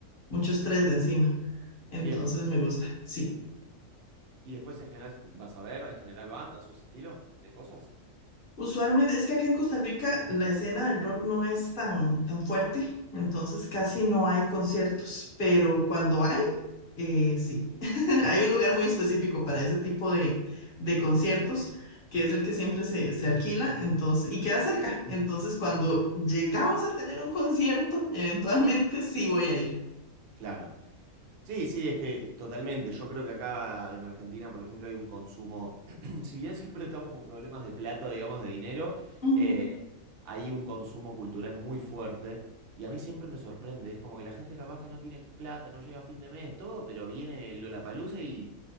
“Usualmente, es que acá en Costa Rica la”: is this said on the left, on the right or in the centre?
Left